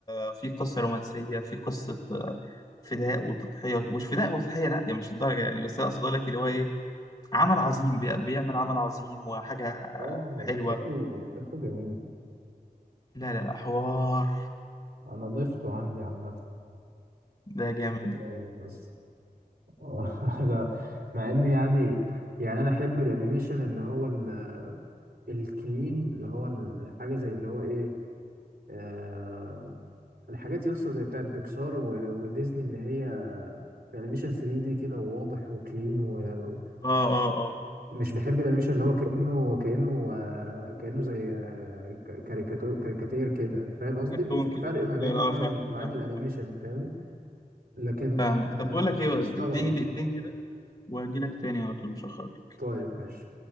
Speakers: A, on the left; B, on the right.
A: آه، في قصه رومانسيه في قصه آه، فداء وتضحيه مش فداء وتضحيه لا يعني مش الدرجه يعني بس أنا اقصد اقول لك اللي هو ايه عمل عظيم بي- بيعمل عمل عظيم وحاجه
B: واو
A: حلوه
B: شكله شكله جميل
A: لا لا لا حوار
B: انا ضفته عندي عامه
A: ده جامد
B: آه، بس <laughs> ده مع ان يعني يعني انا احب الانيميشن اللي هو ال- الكلين اللي هو الحاجه زي اللي هو ايه آه الحاجات يسطا زي بتاع بيكسار و- وديزني اللي هي الانيميشن 3 دي كده وواضح وكلين ومش
A: اه اه اه
B: بحب الانيميشن اللي هو كانه كانه آه كانه زي آه ك- كاريكاتو- كاريكاتير كده فاهم قصدي
A: كرتون
B: ف-
A: كده
B: فرق ما بين
A: لا لا،
B: نوع
A: اه فاهمك
B: ال- نوعين
A: فاهمك
B: الانيميشن فاهمني لكن
A: فاهمك
B: آه
A: طب بقول لك ايه
B: مستغرب
A: اديني دقيقتين كده وهجي لك تاني على طول مش هخرج
B: طيب ماشي